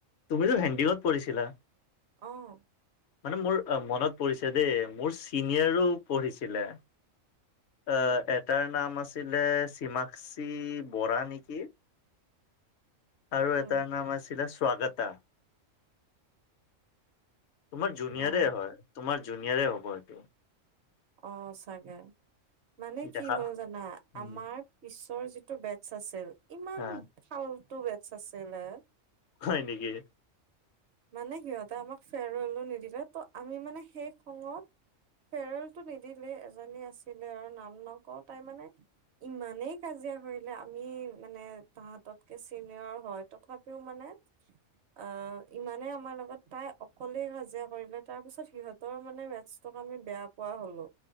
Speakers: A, on the left; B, on the right.
A: তুমিতো হেন্দীকত পঢ়িছিলা?
B: অ'
A: মানে মোৰ মনত পৰিছে দেই মোৰ চিনিয়ৰো পঢ়িছিলে। অ' এটাৰ নাম আছি আছিলে চিমাক্ষী বৰা নেকি? আৰু
B: উম
A: এটাৰ নাম আছিলে স্বাগতা। তোমাৰ জুনিয়ৰে
B: না
A: হয় তোমাৰ জুনিয়ৰে হ'ব এইটো।
B: অ' চাগে মানে
A: দেখা
B: কি হ'ল জানা
A: উম,
B: আমাৰ পিছৰ যিটো বেটছ আছিল ইমান
A: আহ
B: ফাল্টু বেটছ আছিলে।
A: হয় নেকি।
B: মানে সিহঁতে আমাক ফেৰৱেলো নিদিলে ত' আমি মানে সেই খঙত ফেৰৱেলটো নিদিলে এজনী আছিলে আৰু নাম নকওঁ তাই মানে ইমানেই কাজিয়া কৰিলে আমি মানে তাহাতকে চিনিয়ৰ হয় তথাপি কেও মানে আ ইমানে আমাৰ লগত তাই অকলেই কাজিয়া কৰিলে, তাৰ পিছত সিহঁতৰ মানে মেটছটোক আমি বেয়া পোৱা হ'লোঁ।